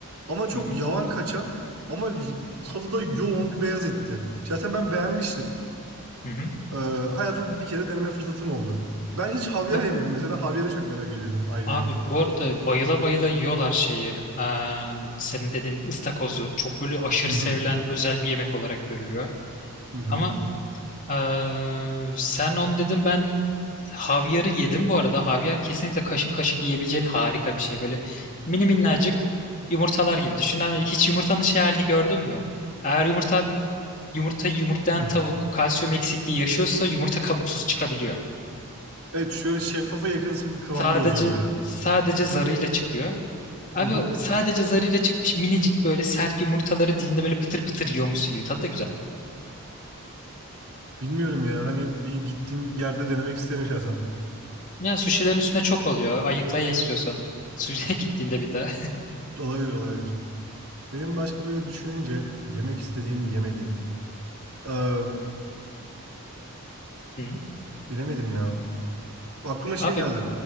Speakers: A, on the right; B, on the left.
A: Ama çok
B: Hı hı.
A: yavan kaçan ama y- tadı da yoğun bir beyaz etti. Şahsen ben beğenmiştim.
B: Hı
A: Ee, hayatımda bir kere deneme fırsatım oldu. Ben hiç havyar
B: hı.
A: yemedim mesela. Havyarı çok merak ediyorum ayrıca.
B: Abi bu arada bayıla bayıla yiyorlar şeyi. Ee, senin dediğin ıstakozu. Çok böyle aşırı
A: Hı hı
B: sevilen
A: hı.
B: özel bir yemek olarak görülüyor.
A: hı
B: Ama ee, sen onu dedin ben havyarı yedim bu arada. Havyar kesinlikle kaşık kaşık yiyebileceğin harika bir şey. Böyle mini minnacık yumurtalar gibi düşün. Hani hiç yumurtanın şey halini gördün mü? Eğer yumurta yumurta yumurtlayan
A: hı.
B: tavuk kalsiyum eksikliği yaşıyorsa yumurta kabuksuz çıkabiliyor.
A: Evet şöyle şeffafa yakınsı bir kıvamda
B: Sadece
A: oluyor böyle.
B: sadece zarıyla çıkıyor. Abi
A: Hı hı.
B: o sadece zarıyla çıkmış minicik böyle sert yumurtaları dilinde böyle pıtır pıtır yiyormuşsun gibi. Tadı da güzel.
A: Bilmiyorum ya hani bir gittiğim yerde denemek isterim şahsen.
B: Yani suşilerin üstüne çok oluyor. Ayıkla ye istiyorsan. Suşiye <laughs> gittiğinde bir daha.
A: Olabilir olabilir. Benim başka böyle düşününce yemek istediğim, yemediğim. Ee,
B: Hı.
A: bilemedim ya. Aklıma şey
B: Abi
A: geldi.